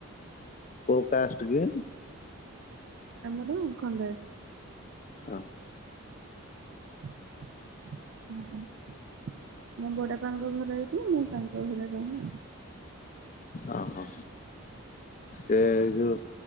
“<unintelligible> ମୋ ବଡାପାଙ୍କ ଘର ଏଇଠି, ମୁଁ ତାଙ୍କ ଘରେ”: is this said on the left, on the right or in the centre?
Right